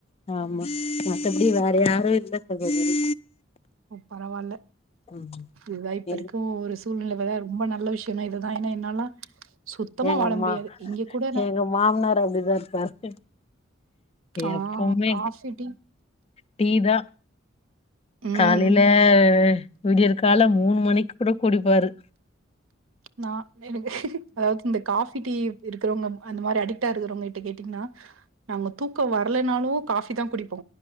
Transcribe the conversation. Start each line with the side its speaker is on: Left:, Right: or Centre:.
Left: ஆமா மத்தபடி வேறயாரு இல்ல சகோதரி
Right: பரவாயில்ல
Left: ம்
Right: இதா இப்ப
Left: எங்க
Right: இருக்கு ஒரு சூழ்நிலை வதே ரொம்ப நல்ல விஷயோனா இதுதா ஏன்னா என்னாலா சுத்தமா
Left: எங்க
Right: வாழ
Left: மா
Right: முடியாது இங்க கூட நா
Left: எங்க மாமனார் அப்டிதா இருப்பாரு
Right: ஆ
Left: எப்பவுமே
Right: காஃபி டீ
Left: டீ தா
Right: ம்
Left: காலையிலே விடியிற் கால மூணு மணிக்கு கூட கூடிப்பாரு
Right: நா எனக்கு அதாது இந்த காஃபி டீ இருக்குறவங்க அந்த மாரி அடிட்டா இருக்குறவங்க கிட்ட கேட்டீங்கென்னா நாங்க தூக்கோ வரலனாலு காஃபி தா குடிப்போ